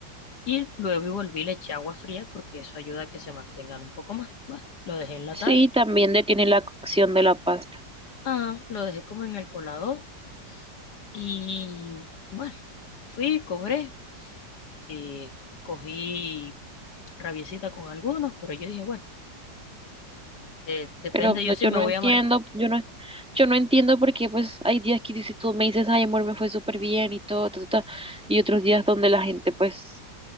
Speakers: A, on the left; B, in the centre.
A: y luego y volví, le eché agua fría porque eso ayuda a que se mantengan un poco más. Bueno, lo dejé en la
B: Sí,
A: taza.
B: también detiene la cocción de la pasta.
A: Ajá, lo dejé como en el colador y bueno, fui, cobré, eh, cogí rabiecita con algunos, pero yo dije, bueno, de- depende
B: Pero pues,
A: yo
B: no, yo
A: si me
B: no
A: voy
B: entiendo,
A: a marcar.
B: yo no, yo no entiendo porque pues hay días que si tú me dices, ay amor, me fue súper bien y todo, ta, ta, ta", y otros días donde la gente pues,